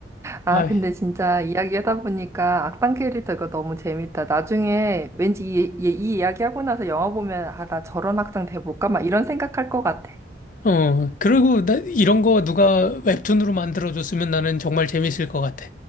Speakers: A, on the right; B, on the left.
A: 아,
B: 아이.
A: 근데 진짜 이야기하다 보니까 악당 캐릭터가 너무 재밌다. 나중에 왠지 이, 이, 이 이야기하고 나서 영화 보면, 아, 나 저런 악당 돼볼까? 막 이런 생각할 것 같아.
B: 어. 그리고 나 이런 거 누가 웹툰으로 만들어줬으면 나는 정말 재밌을 것 같아.